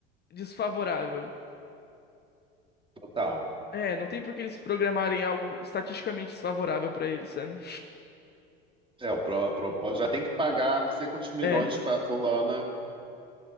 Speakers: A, on the left; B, on the right.
A: desfavorável.
B: total.
A: É, não tem por que eles programarem algo estatisticamente desfavorável pra eles, sabe?
B: É, o pro, a propo- já tem que pagar não sei quantos milhões
A: É.
B: para fulana